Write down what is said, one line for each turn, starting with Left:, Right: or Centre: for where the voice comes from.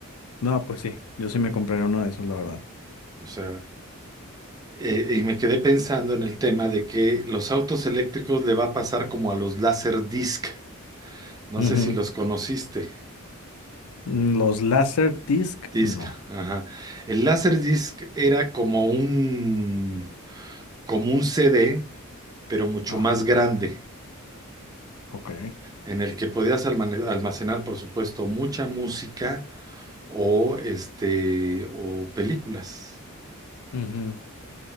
Left: No, pues sí, yo sí me compraría uno de esos, la verdad.
Right: O sea, eh, y me quedé pensando en el tema de que los autos eléctricos le va a pasar como a los Laserdisc. No
Left: Ujú.
Right: sé si los conociste.
Left: Mm, Los Laserdisc,
Right: Disc,
Left: no.
Right: ajá. El Laserdisc era como un como un CD, pero mucho
Left: Ajá,
Right: más grande,
Left: ok.
Right: en el que podías almane- almacenar, por supuesto, mucha música o, este, o películas.
Left: Ujú.